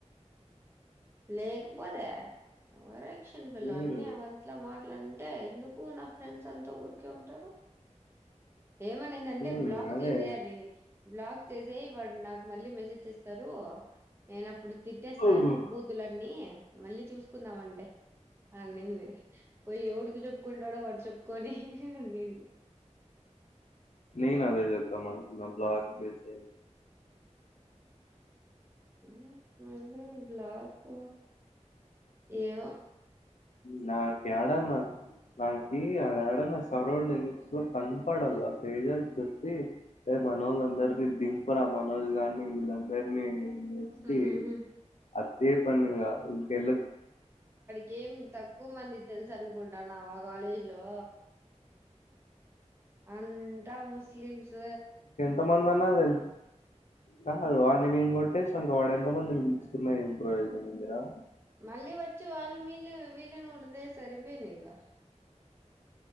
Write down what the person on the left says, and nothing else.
మ్మ్
మ్మ్
అదే
మ్మ్
నేనదే జెత్త మరి బ్లాక్ చెస్
నాక్ యాడన్న నాకి యాడాడన్న సరౌడింగ్ స్ లో కనపడలా తెజ చెప్పి రే మనోళ్లందరినీ దింపురా మనోజ్ గాని వీళ్ళందరినీ
ఈ అదే పన్నంగా ఇటు ఎల్ల
సంబంధ నా వేల్ కాదు ఆని మేము కొట్టేసాంక వాడు ఎంత మందిని పిలుచుకున్నా ఎమ్ ప్రయోజనం ఉందిరా